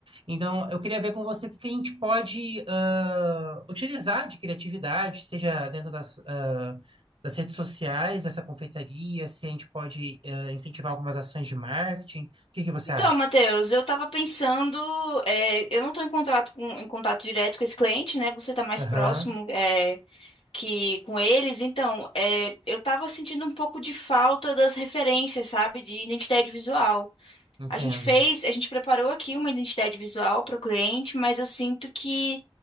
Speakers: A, on the right; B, on the left.
A: Então, eu queria ver com você o que que a gente pode ah, utilizar de criatividade, seja dentro das, ah, das redes sociais, dessa confeitaria, se a gente pode ah, incentivar algumas ações de marketing. O que que você
B: Então,
A: acha?
B: Matheus, eu estava pensando, é, eu não estou em contato com, em contato direto com esse cliente, né? Você está mais
A: Aham,
B: próximo, é, que com eles. Então, é, eu estava sentindo um pouco de falta das referências, sabe, de identidade visual.
A: entendo.
B: A gente fez, a gente preparou aqui uma identidade visual para o cliente, mas eu sinto que